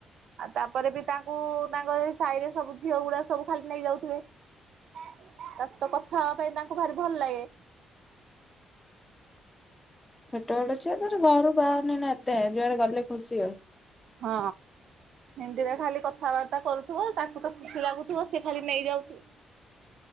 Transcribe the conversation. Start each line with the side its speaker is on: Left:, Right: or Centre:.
Right: ଆଉ ତାପରେ ବି ତାଙ୍କୁ ତାଙ୍କ ଏ ସାଇରେ ସବୁ ଝିଅ ଗୁଡ଼ା ସବୁ ଖାଲି ନେଇଯାଉଥୁବେ। ତା ସଇତ କଥା ହବା ପାଇଁ ତାଙ୍କୁ ଭାରି ଭଲ ଲାଗେ।
Left: ଛୋଟ ବଟ ଛୁଆ ତାର ଘରୁ ବାହାରୁନେଇ ନାଁ ଏତେ ଯୁଆଡ଼େ ଗଲେ ଖୁସି ଆଉ।
Right: ହଁ ହିନ୍ଦୀରେ ଖାଲି କଥାବାର୍ତ୍ତା କରୁଥୁବ ତାକୁ ତ ଖୁସି ଲାଗୁଥୁବ ସିଏ ଖାଲି ନେଇ ଯାଉଥୁବେ।